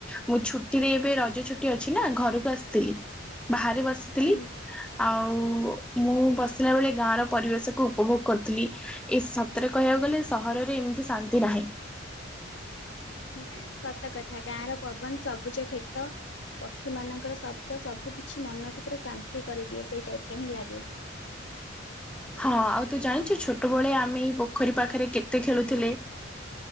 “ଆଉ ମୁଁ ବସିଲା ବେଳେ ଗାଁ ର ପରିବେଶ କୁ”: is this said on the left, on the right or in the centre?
Centre